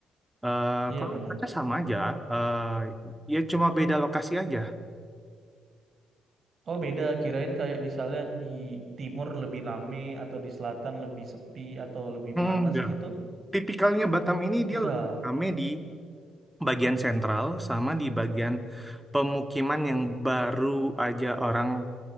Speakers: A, in the centre; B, on the right.
A: Eh
B: Iya
A: kalau
B: bener.
A: cuaca sama aja, eh ya cuma beda lokasi aja.
B: Oh beda, kirain kayak misalnya di timur lebih rame atau di selatan lebih sepi atau lebih
A: Enggak.
B: panas gitu.
A: Tipikalnya Batam ini
B: Enggak.
A: dia lebih rame di bagian sentral sama di bagian pemukiman yang baru aja orang